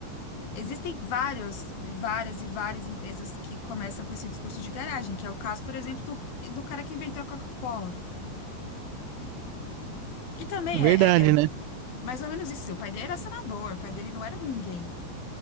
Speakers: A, on the left; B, on the right.
A: existem várias, várias e várias empresas que começam com esse discurso de garagem, que é o caso, por exemplo, do, do cara que inventou a Coca-Cola, que também
B: É Verdade,
A: é, é- é
B: né?
A: mais ou menos isso. assim, O pai dele era senador, o pai dele não era ninguém.